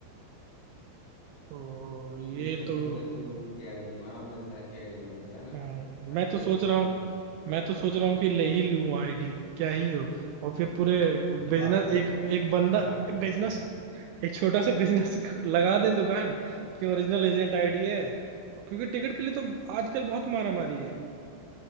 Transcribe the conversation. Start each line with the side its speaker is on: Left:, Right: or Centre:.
Right: तो
Left: हाँ
Right: ये
Left: ये सिर्फ
Right: तो
Left: हम जैसे लोगों की आईडी में आम जनता की आईडी में होता है ना
Right: हम्म,
Left: आपका
Right: मैं तो
Left: ये
Right: सोच
Left: संदर्भ
Right: रहा हूँ
Left: है
Right: मैं तो सोच रहा हूँ कि ले ही लूँ आईडी क्या ही हो और फिर पूरे
Left: जब
Right: बिजनेस
Left: आप बिजनेस
Right: एक एक बंदा
Left: स्टार्ट कर
Right: बिजनेस
Left: रहे हैं
Right: एक छोटा सा बिजनेस <laughs> लगा दें दुकान कि ओरिजिनल एजेंट आईडी है क्योंकि टिकट के लिए तो आजकल बहुत मारामारी है